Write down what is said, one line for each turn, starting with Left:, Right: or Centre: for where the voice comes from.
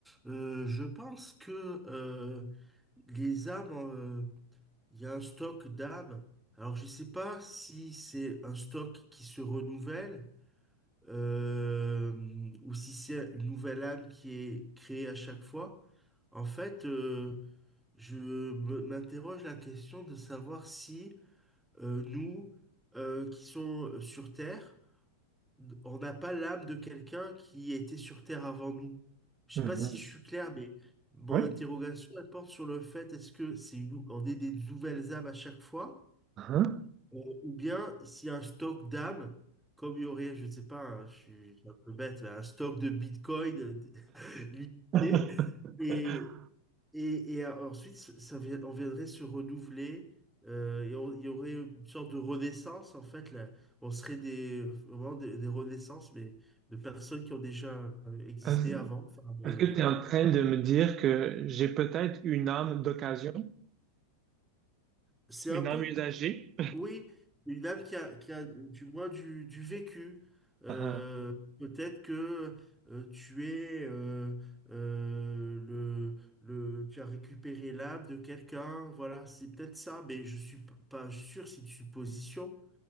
Centre: euh, je pense que euh, les âmes, euh, il y a un stock d'âmes. Alors, je ne sais pas si c'est un stock qui se renouvelle euh, ou si c'est une nouvelle âme qui est créée à chaque fois. En fait, euh, je me- m'interroge la question de savoir si euh, nous, euh, qui sommes euh, sur Terre, on n'a pas l'âme de quelqu'un qui était sur Terre avant nous. Je
Right: Mhm.
Centre: sais pas si je suis clair, mais mon
Right: Oui.
Centre: interrogation, elle porte sur le fait, est-ce que c'est une- on est des nouvelles âmes à chaque fois,
Right: Hein
Centre: euh, ou bien s'il y a un stock d'âmes, comme il y aurait, je ne sais pas, hein, je suis je suis un peu bête, mais un stock de Bitcoin euh, <laughs> limité,
Right: <laughs>
Centre: et, et, et euh, ensuite, ça, vi- on viendrait se renouveler, euh, et on- il y aurait une sorte de renaissance, en fait, là. On serait des, vraiment des, des renaissances, mais de personnes qui ont déjà euh, existé
Right: Est-ce
Centre: avant. Enfin, mais
Right: est-ce que tu es en train de me dire que j'ai peut-être une âme d'occasion,
Centre: c'est
Right: une
Centre: un peu,
Right: âme usagée?
Centre: oui, une âme qui a, qui a euh, du moins du, du vécu. Euh,
Right: Ah,
Centre: peut-être que euh, tu es euh, euh, le, le, tu as récupéré l'âme de quelqu'un, voilà, c'est peut-être ça, mais je suis p- pas sûr, c'est une supposition.